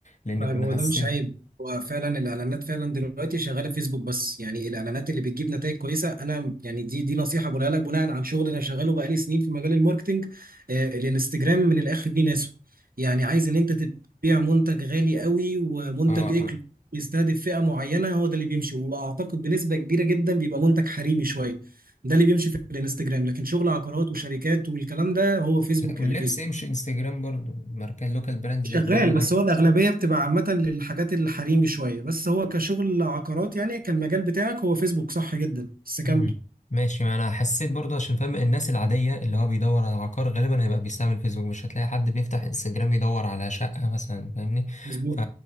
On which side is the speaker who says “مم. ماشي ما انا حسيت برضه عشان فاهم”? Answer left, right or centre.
Left